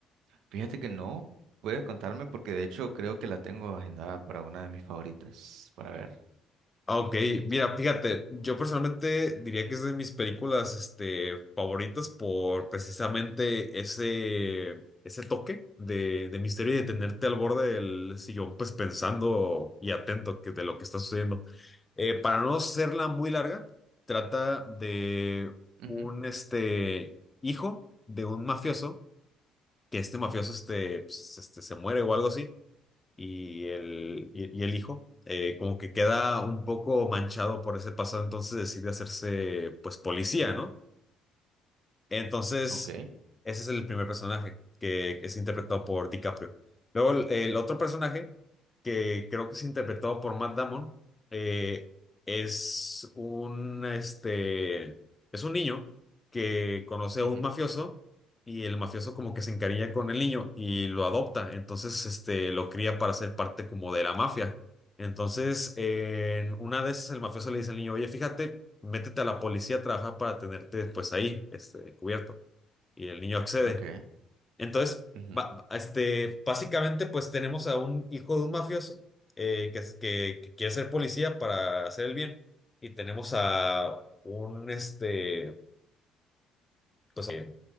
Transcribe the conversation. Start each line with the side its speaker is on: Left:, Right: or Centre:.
Right: Fíjate que no, puedes contarme porque de hecho creo que la tengo agendada para una de mis favoritas, para ver.
Left: Ah, Ok, mira, fíjate, yo personalmente diría que es de mis películas, este, favoritas por precisamente ese, ese toque de, de misterio y de tenerte al borde del sillón, pues pensando y atento que, de lo que está sucediendo. Eh, para no serla muy larga, trata de
Right: Ujú,
Left: un, este, hijo de un mafioso, que este mafioso, este, pues, este, se muere o algo así y el, y, y el hijo, eh, como que queda un poco manchado por ese pasado, entonces decide hacerse pues policía, ¿no? Entonces,
Right: Ok,
Left: ese es el primer personaje que es interpretado por DiCaprio. Luego, el, el otro personaje que creo que es interpretado por Matt Damon eh, es un, este, es un niño que conoce a
Right: ujú,
Left: un mafioso y el mafioso como que se encariña con el niño y lo adopta. Entonces, este, lo cría para ser parte como de la mafia. Entonces, en una de esas, el mafioso le dice al niño, oye, fíjate, métete a la policía a trabajar para tenerte después ahí, este, encubierto. Y el niño accede.
Right: ok.
Left: Entonces,
Right: ujú,
Left: ba- este, básicamente, pues tenemos a un hijo de un mafioso eh, que, es- que, que quiere ser policía para hacer el bien. Y tenemos a un, este, pues, eh,